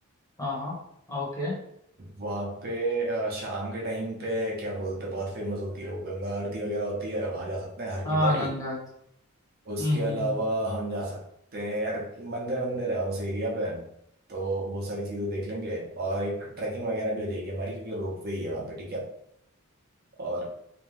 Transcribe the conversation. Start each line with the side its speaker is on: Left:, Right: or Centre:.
Left: हाँ हाँ ओके
Right: वहां पे अ, शाम के टाइम पे क्या बोलते हैं बहुत फेमस होती है वो गंगा आरती वगैरह होती है वहां जा सकते हैं हर
Left: हाँ
Right: की पौड़ी
Left: गंगा
Right: उसके
Left: हम्म हम्म
Right: अलावा
Left: हम्म
Right: हम जा सकते हैं यार मंदिर मंदिर है उस एरिया पे तो वो सारी चीजें देख लेंगे और एक ट्रैकिंग वगैरह भी हो जाएगी हमारी क्योंकि रोप वे ही है वहाँ पे ठीक है और